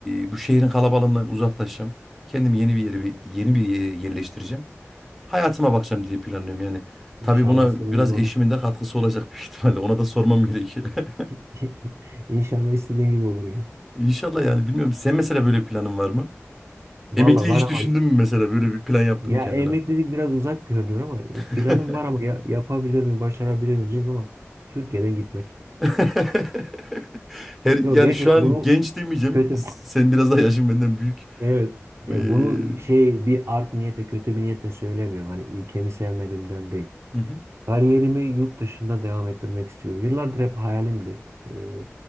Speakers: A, in the centre; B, on the right.
A: e, bu şehrin kalabalığından uzaklaşacağım. Kendimi yeni bir yere bir, yeni bir yere yerleştireceğim. Hayatıma bakacağım diye planlıyorum yani.
B: İnşallah
A: Tabii buna
B: istediğin
A: biraz
B: gibi olur.
A: eşimin de katkısı olacak büyük <laughs> ihtimalle. Ona da sormam gerekiyor. <laughs>
B: <laughs> İnşallah istediğin gibi olur ya.
A: İnşallah yani bilmiyorum. Sen mesela böyle bir planın var mı?
B: Valla
A: Emekli
B: var
A: hiç
B: ama
A: düşündün mü mesela böyle bir plan yaptın
B: ya
A: mı kendine?
B: emeklilik biraz uzak görünüyor ama
A: <laughs>
B: planım var ama ya, yapabilir miyim, başarabilir miyim bilmiyorum ama Türkiye'den gitmek.
A: <laughs> Her yani
B: Yok gerçekten
A: şu an
B: bunu
A: genç demeyeceğim.
B: Kötü.
A: Sen biraz daha yaşın benden büyük.
B: Evet. E,
A: Ee, hı
B: bunu şey bir art niyete, kötü bir niyetle söylemiyorum. Hani ülkemi sevmediğimden değil.
A: hı,
B: Kariyerimi yurt dışında devam ettirmek istiyorum. Yıllardır hep hayalimdi. E,